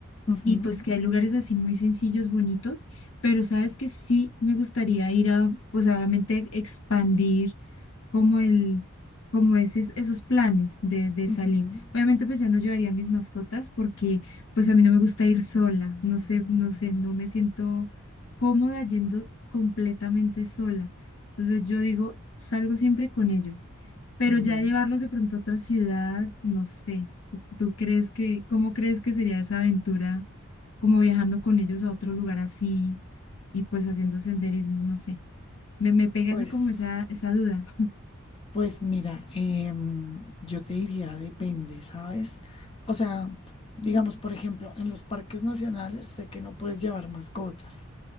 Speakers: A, on the left; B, on the left.
A: Ujú,
B: y pues que hay lugares así muy sencillos, bonitos, pero sabes que sí me gustaría ir a, pues obviamente expandir como el, como esos, esos planes de, de
A: ujú,
B: salir. Obviamente pues ya no llevaría mis mascotas porque pues a mí no me gusta ir sola, no sé, no sé, no me siento cómoda yendo completamente sola. Entonces yo digo, salgo siempre con ellos, pero
A: ujú.
B: ya llevarlos de pronto a otra ciudad, no sé. ¿Tú, tú crees que, cómo crees que sería esa aventura? como viajando con ellos a otro lugar así y pues haciendo senderismo, no sé. Me, me pega
A: Pues
B: esa como esa, esa duda.
A: Pues mira, em, yo te diría, depende, ¿sabes? O sea, digamos, por ejemplo, en los parques nacionales sé que no puedes llevar mascotas